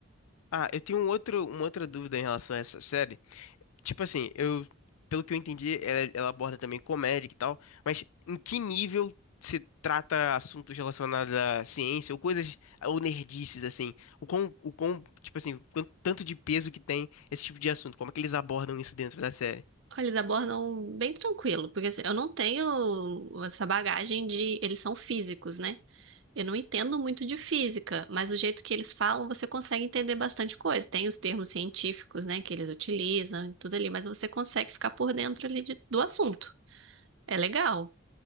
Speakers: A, on the left; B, on the right.
A: Ah, eu tenho um outro, uma outra dúvida em relação a essa série. Tipo assim, eu, pelo que eu entendi, ela, ela aborda também comédia e tal, mas em que nível se trata assuntos relacionados à ciência ou coisas, ou nerdices, assim? O quão, o quão, tipo assim, quanto, tanto de peso que tem esse tipo de assunto? Como é que eles abordam isso dentro da série?
B: Olha, eles abordam bem tranquilo, porque assim, eu não tenho essa bagagem de. Eles são físicos, né? Eu não entendo muito de física, mas o jeito que eles falam, você consegue entender bastante coisa. Tem os termos científicos, né, que eles utilizam e tudo ali, mas você consegue ficar por dentro ali de- do assunto. É legal.